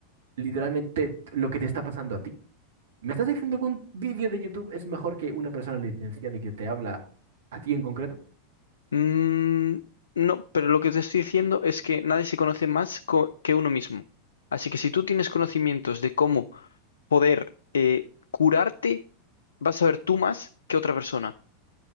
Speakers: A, on the right; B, on the left.
A: literalmente, lo que te está pasando a ti. ¿Me estás diciendo que un video de YouTube es mejor que una persona licenciada y que te habla a ti en concreto?
B: mm, no, pero lo que te estoy diciendo es que nadie se conoce más co- que uno mismo. Así que si tú tienes conocimientos de cómo poder eh, curarte, vas a ver tú más que otra persona.